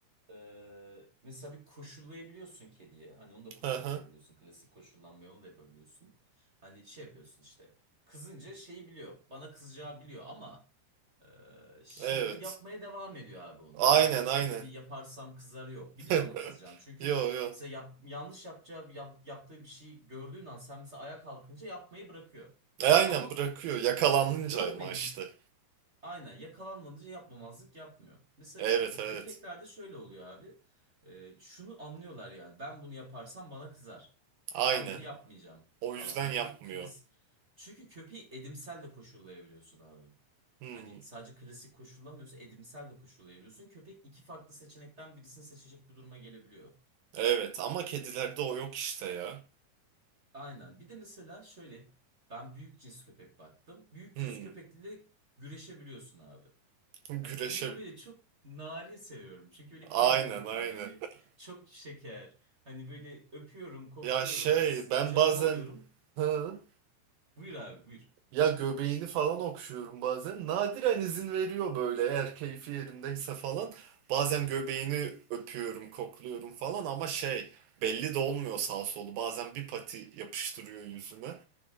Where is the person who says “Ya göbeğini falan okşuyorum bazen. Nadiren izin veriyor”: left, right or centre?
Right